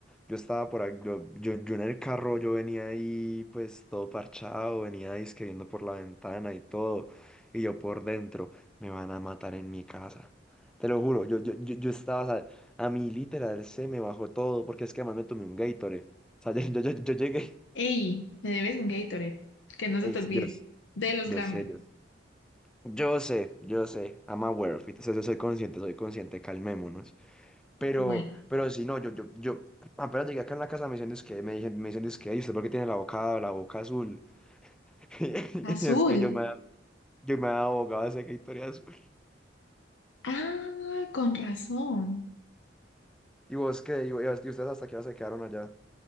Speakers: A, in the centre; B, on the left.
A: Yo estaba por ahí, yo, yo, yo en el carro, yo venía ahí pues todo parchado, venía ahí que viendo por la ventana y todo. Y yo por dentro, me van a matar en mi casa. Te lo juro, yo, yo, yo, yo estaba, o sea, a mí literal se me bajó todo, porque es que además me tomé un Gatorade. O sea, <laughs> yo, yo, yo, yo llegué,
B: Hey, me debes un Gatorade, que no se
A: ey,
B: te
A: sí,
B: olvide,
A: yo sé,
B: de los
A: yo
B: grandes.
A: sé, yo sé. Yo sé, yo sé, I'm aware of it, o soy consciente, soy consciente, calmémonos. Pero,
B: Bueno,
A: pero sí, no, yo, yo, yo apenas llegué acá en la casa, me dicen, es que, me dicen, me dicen, es que, "Ay, ¿usted por qué tiene la boca, la boca azul? <laughs>
B: azul.
A: Y es que yo me, yo me abogaba de esa historia azul.
B: Ah, con razón.
A: ¿Y vos qué? ¿Y, y ustedes hasta qué hora se quedaron allá?